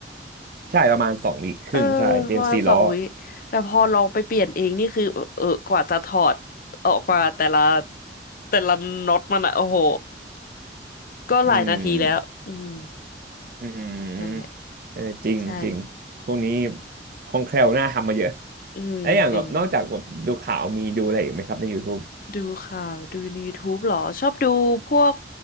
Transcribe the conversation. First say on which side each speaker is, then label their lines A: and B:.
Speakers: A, on the right; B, on the left.
A: ใช่ประมาณสองวีคครึ่งใช่เป็นสี่ล้อ
B: เออประมาณสองวิแต่พอลองไปเปลี่ยนเองนี่คือเออกว่าจะถอดออกมาแต่ละแต่ละน็อตมันอะโอ้โหก็หลายนาทีแล้วอืม
A: อืมอืมเออจริงจริง
B: นั่นแหละใช่
A: พวกนี้คล่องแคล่วน่าทำมาเยอะ <laughs>
B: อืมจริง
A: แล้วอย่างแบบนอกจากแบบดูข่าวมีดูอะไรอีกไหมครับใน YouTube
B: ดูข่าวดูใน YouTube เหรอชอบดูพวก